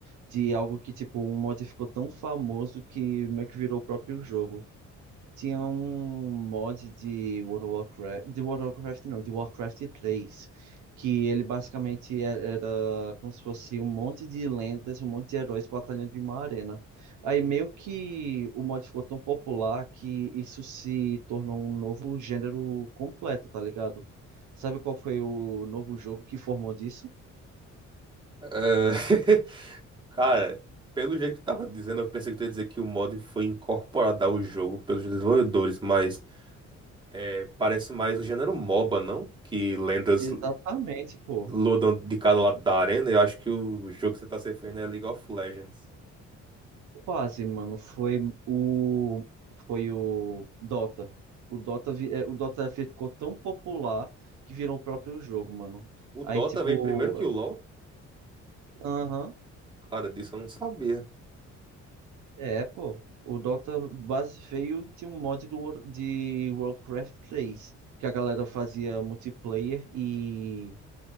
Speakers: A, on the right (about 75°); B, on the right (about 15°).
A: de algo que, tipo, um mod ficou tão famoso que meio que virou o próprio jogo. Tinha um mod de World of Warcraft, de World of Warcraft não, de Warcraft 3, que ele basicamente e- era como se fosse um monte de lendas, um monte de heróis batalhando em uma arena. Aí meio que o mod ficou tão popular que isso se tornou um novo gênero completo, tá ligado? Sabe qual foi o novo jogo que formou disso?
B: É, <laughs> Cara, pelo jeito que tu tava dizendo, eu pensei que tu ia dizer que o mod foi incorporado ao jogo pelos desenvolvedores, mas é, parece mais o gênero MOBA, não? Que lendas
A: Exatamente, pô.
B: lutam de cada lado da arena. Eu acho que o jogo que você tá se referindo é League of Legends.
A: Quase, mano. Foi o foi o Dota. O Dota vi- é, o Dota ficou tão popular que virou o próprio jogo, mano.
B: O Dota
A: Aí tipo,
B: veio primeiro que o LoL?
A: aham,
B: Cara, disso eu não sabia.
A: é, pô. O Dota base veio de um mod do War- de Warcraft 3, que a galera fazia multiplayer e